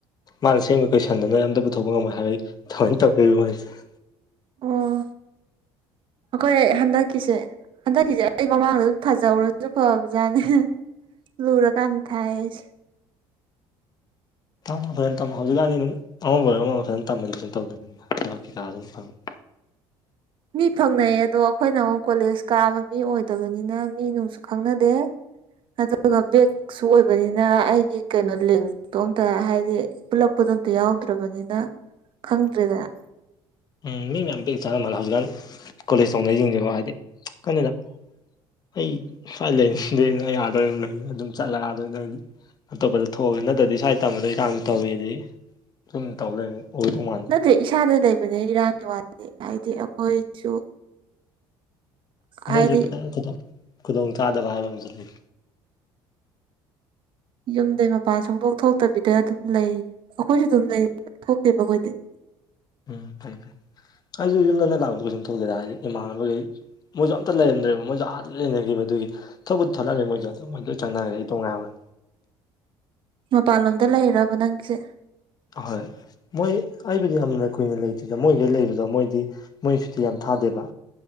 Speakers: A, on the left (about 40°); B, on the right (about 55°).
A: ꯃꯥꯅ ꯁꯦꯝꯕ ꯀꯣꯏꯁꯟꯗꯨꯅ ꯑꯝꯇ ꯄꯨꯊꯣꯛꯄ ꯉꯝꯃꯣꯏ ꯍꯥꯏꯔꯛꯏ <unintelligible> ꯊꯋꯣꯏꯅ <unintelligible> ꯇꯧꯗꯣꯢꯕ ꯃꯣꯏꯁꯦ <unintelligible>
B: ꯑꯣ ꯑꯩꯈꯣꯏ ꯍꯟꯗꯛꯀꯤꯁꯦ ꯍꯟꯗꯛꯀꯤꯁꯦ ꯑꯩ ꯃꯃꯥꯡꯗ ꯑꯗꯨꯝ ꯊꯖꯔꯨꯔꯁꯨ ꯐꯕ ꯖꯥꯠꯅꯦ ꯂꯨꯔ ꯀꯥꯟꯗ ꯊꯥꯏ ꯑꯩꯁꯦ
A: ꯇꯣ <unintelligible> ꯐꯖꯅ <unintelligible> ꯇꯝꯃꯣ ꯍꯧꯖꯤꯛꯀꯥꯟꯗꯤ ꯑꯗꯨꯝ ꯑꯃꯕꯨ ꯑꯣꯏꯔꯣ ꯑꯃꯕꯨ ꯑꯣꯏꯔꯣ ꯐꯖꯅ ꯇꯝꯃꯗꯤ ꯇꯧꯗꯅꯤ <unintelligible> ꯊꯕꯛ ꯀꯩꯀꯥ ꯑꯗꯨꯝ ꯐꯪ ꯐꯪꯉꯤ
B: ꯃꯤ ꯐꯪꯅꯩ ꯑꯗꯣ ꯑꯩꯈꯣꯏꯅ ꯑꯃꯨꯛ ꯀꯣꯂꯦꯖ ꯀꯥꯕ ꯃꯤ ꯑꯣꯏꯗꯕꯅꯤꯅ ꯃꯤ ꯅꯨꯡꯁꯨ ꯈꯪꯅꯗꯦ ꯑꯗꯨꯒ ꯕꯦꯛ ꯁꯨ ꯑꯣꯏꯕꯅꯤꯅ ꯑꯩꯒꯤ ꯀꯩꯅꯣ ꯂꯤꯡꯇꯣ ꯑꯝꯇ ꯍꯥꯏꯗꯤ ꯄꯨꯜꯂꯛꯄꯗꯣ ꯑꯝꯇ ꯌꯥꯎꯗ꯭ꯔꯕꯅꯤꯅ ꯈꯪꯗ꯭ꯔꯦꯗꯅ
A: ꯎꯝ ꯃꯤ ꯃꯌꯥꯝ ꯕꯦꯛ ꯆꯥꯟꯅ ꯃꯥꯜꯂꯦ ꯍꯧꯖꯤꯛꯀꯥꯟ ꯀꯣꯂꯦꯖ ꯇꯧꯅꯔꯤꯁꯤꯡꯁꯦꯀꯣ ꯍꯥꯏꯗꯤ ꯈꯪꯗꯦꯗ ꯑꯩ ꯁ꯭ꯋꯥꯏ ꯂꯩꯅꯤꯡꯗꯦꯅ ꯌꯥꯗꯣꯏꯣꯏ <unintelligible> ꯑꯗꯨꯝ ꯆꯠꯂ ꯌꯥꯗꯣꯏ <unintelligible> ꯅꯗꯤ <unintelligible> ꯑꯇꯣꯞꯄꯗ ꯊꯣꯛꯑꯒꯦ ꯅꯠꯇ꯭ꯔꯗꯤ ꯁ꯭ꯋꯥꯏ ꯇꯝꯕꯗꯣ ꯏꯔꯥꯡꯁꯨ ꯇꯧꯋꯤ ꯑꯗꯩ ꯁꯨꯝ ꯇꯧ ꯂꯩꯅꯤ ꯑꯣꯢꯗꯣꯢ ꯃꯟꯗꯦ
B: ꯅꯠꯇꯦ ꯏꯁꯥꯗ ꯂꯩꯕꯅꯦ ꯏꯔꯥꯡꯒꯤ ꯋꯥꯗꯤ ꯍꯥꯏꯗꯤ ꯑꯩꯈꯣꯏꯁꯨ
A: ꯑꯗꯨꯑꯣꯏꯁꯨ
B: ꯍꯥꯏꯗꯤ
A: <unintelligible> ꯈꯤꯇꯪ ꯈꯨꯗꯣꯡ ꯈꯨꯗꯣꯡ ꯆꯥꯗꯕ ꯍꯥꯏꯕ ꯑꯃꯁꯨ ꯂꯩ
B: ꯌꯨꯝꯗꯩ ꯃꯄꯥꯟ ꯁꯨꯡꯗꯣꯛ ꯊꯣꯛꯇꯕꯤꯗ ꯑꯗꯨꯝ ꯂꯩ ꯑꯩꯈꯣꯏꯁꯨ ꯑꯗꯨꯝ ꯂꯩ ꯊꯣꯛꯇꯦꯕ ꯑꯩꯈꯣꯏꯗꯤ
A: ꯎꯝ ꯐꯩ ꯐꯩ ꯑꯩꯁꯨ ꯌꯨꯝ ꯅꯪꯅ <unintelligible> ꯂꯥꯛꯗ <unintelligible> ꯀꯩ <unintelligible> ꯁꯨꯝꯊꯣꯛꯗꯦꯗ <unintelligible> ꯍꯥꯏꯗꯤ <unintelligible> ꯏꯃꯥꯟꯅꯕꯒꯩ ꯃꯣꯏꯖꯨ ꯑꯝꯇ ꯂꯩꯔꯝꯗ꯭ꯔꯦꯕ ꯃꯣꯏꯖꯨ ꯑꯥꯗ ꯂꯩꯅꯒꯤꯕ ꯑꯗꯨꯒꯤ ꯊꯣꯛꯄꯨꯗꯤ ꯊꯣꯛꯂꯛꯑꯅꯤ ꯃꯣꯏꯁꯨ ꯑꯗꯨ ꯃꯣꯏꯁꯨ ꯆꯪꯅꯒ꯭ꯔꯦ ꯑꯩ ꯢꯇꯣꯝ ꯉꯥꯏꯍꯧꯔꯦ
B: ꯃꯄꯥꯟꯂꯣꯝꯗ ꯂꯩꯔꯕ ꯅꯪꯒꯤꯁꯦ
A: ꯑꯍꯣꯏ ꯃꯣꯏ ꯑꯩꯕꯨꯗꯤ ꯌꯥꯝꯅ ꯀꯨꯏꯅ ꯂꯩꯇ꯭ꯔꯤꯗ ꯃꯣꯏꯒꯩ ꯂꯩꯕꯗꯣ ꯃꯣꯏꯗꯤ ꯃꯣꯏ ꯁꯨꯇꯤ ꯌꯥꯝ ꯊꯥꯗꯦꯕ